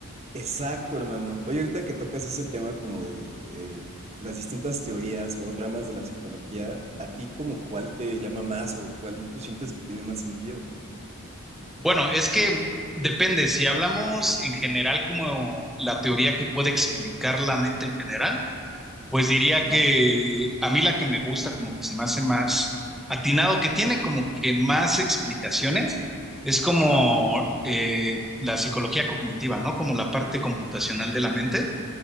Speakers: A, on the right; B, in the centre.
A: Exacto, hermano. Oye, ahorita que tocas ese tema como de eh, las distintas teorías o ramas de la psicología, ¿a ti como cuál te llama más o cuál pues, sientes que tiene más sentido?
B: Bueno, es que depende, si hablamos en general como la teoría que puede explicar la mente en general, pues diría
A: Ajá,
B: que a mí la que me gusta, como que se me hace más atinado, que tiene como que más explicaciones, es como
A: ajá, ajá.
B: eh, la psicología cognitiva, ¿no? Como la parte computacional de la mente,